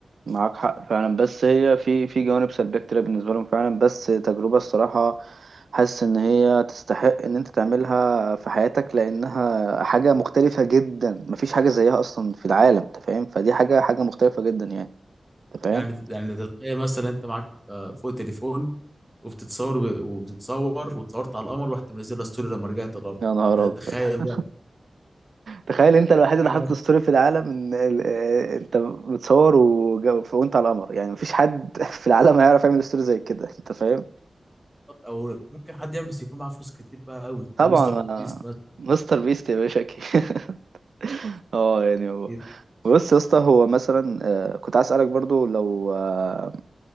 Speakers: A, on the right; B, in the centre.
A: معاك حق فعلا بس هي في في جوانب سلبية كتير بالنسبة لهم فعلا بس تجربة الصراحة حاسس إن هي تستحق إن أنت تعملها في حياتك لأنها حاجة مختلفة جدا مفيش حاجة زيها أصلا في العالم أنت فاهم فدي حاجة حاجة مختلفة جدا يعني أنت فاهم
B: يعني يعني تخيل مثلا انت معاك آه، فوق تليفون وبتتصور وب- وبتتصور وتصورت على القمر ورحت منزلها ستوري لما رجعت الارض
A: يا نهار
B: يعني انت تخيل
A: أبيض <laughs>
B: بقى
A: تخيل أنت الوحيد اللي
B: حاجه
A: حاطط ستوري في العالم إن ال- آه، أنت متصور وج- وأنت على القمر يعني مفيش حد <laughs> في العالم هيعرف يعمل ستوري زي كده أنت فاهم
B: او ممكن حد يعمل بس يكون معاه فلوس كتير بقى قوي
A: طبعا
B: زي مستر
A: آه،
B: بيست ناس
A: مستر بيست يا باشا أكيد. <laughs> اه يعني هو
B: كتير
A: بص يا اسطى هو مثلا آه، كنت عايز اسالك برضو لو آه،